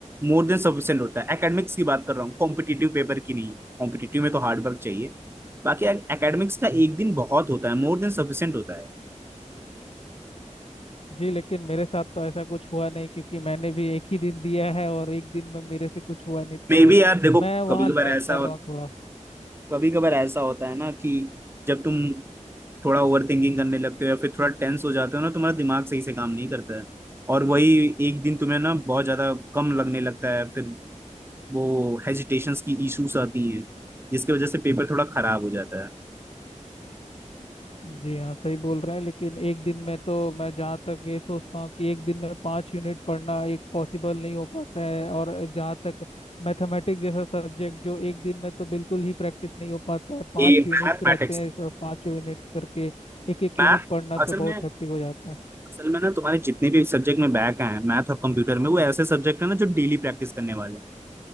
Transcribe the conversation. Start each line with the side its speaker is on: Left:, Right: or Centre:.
Right: मोर देन सफिशिएंट होता है एकेडमिक्स की बात कर रहा हूँ कॉम्पिटिटिव पेपर की नहीं कॉम्पिटिटिव में तो हार्ड वर्क चाहिए बाकी एकेडमिक्स का एक दिन बहुत होता है मोर देन सफिशिएंट होता है
Left: जी लेकिन मेरे साथ तो ऐसा कुछ हुआ नहीं क्योंकि मैंने भी एक ही दिन दिया है और एक दिन में मेरे से कुछ हुआ नहीं
Right: मे
Left: तो
Right: बी यार देखो
Left: मैं वहाँ
Right: कभी
Left: लैग
Right: कभार ऐसा
Left: कर
Right: हो
Left: रहा हूँ थोड़ा
Right: कभी कभार ऐसा होता है ना कि जब तुम थोड़ा ओवर थिंकिंग करने लगते हो या फिर थोड़ा टेंस हो जाते हो ना तुम्हारा दिमाग सही से काम नहीं करता है और वही एक दिन तुम्हें ना बहुत ज्यादा कम लगने लगता है फिर वो हेजिटेशंस की इश्यूज आती हैं जिसकी वजह से पेपर थोड़ा खराब हो जाता है
Left: जी हाँ सही बोल रहे हैं लेकिन एक दिन में तो मैं जहाँ तक ये सोचता हूँ कि एक दिन में पाँच यूनिट पढ़ना एक पॉसिबल नहीं हो पाता है और जहाँ तक मैथमेटिक्स जैसा सब्जेक्ट जो एक दिन में तो बिल्कुल ही प्रैक्टिस नहीं हो पाता है पाँच
Right: ये
Left: यूनिट्स
Right: मैथमेटिक्स
Left: रहते हैं पाँचों यूनिट करके एक एक
Right: मैथ
Left: यूनिट पढ़ना तो
Right: असल
Left: बहुत
Right: में
Left: हैप्पी हो जाता है
Right: असल में ना तुम्हारे जितने भी सब्जेक्ट में बैक हैं मैथ और कंप्यूटर में वो ऐसे सब्जेक्ट है ना जो डेली प्रैक्टिस करने वाले हैं